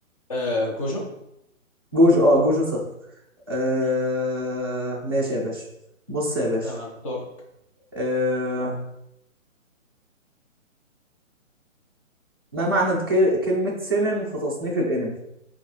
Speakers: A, on the left; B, on the right.
A: آه كوجو
B: جوجو اه جوجو سطر أه...
A: مم.
B: ماشي يا باشا بص يا باشا
A: تمام دورك
B: أه... ما معنى ك... كلمة سنن في تصنيف الانمي